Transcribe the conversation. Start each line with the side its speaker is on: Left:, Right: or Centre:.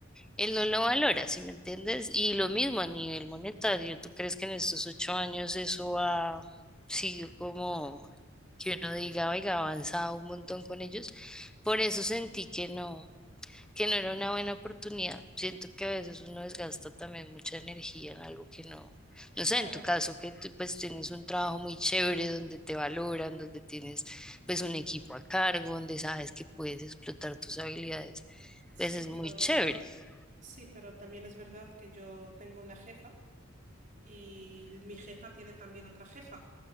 Centre: Él no lo valora, ¿sí me entiendes? Y lo mismo a nivel monetario, ¿tú crees que en estos ocho años eso ha sido como que uno diga, oiga, ha avanzado un montón con ellos? Por eso sentí que no que no era una buena oportunidad. Siento que a veces uno desgasta también mucha energía en algo que no, no sé,
Right: Claro,
Centre: en tu caso que tú pues tienes un trabajo muy chévere donde te valoran, donde tienes pues un equipo a cargo, donde sabes que puedes explotar tus habilidades,
Right: sí,
Centre: pues es
Right: pero
Centre: muy chévere. <laughs>
Right: sí, pero también es verdad que yo tengo una jefa y mi jefa tiene también otra jefa.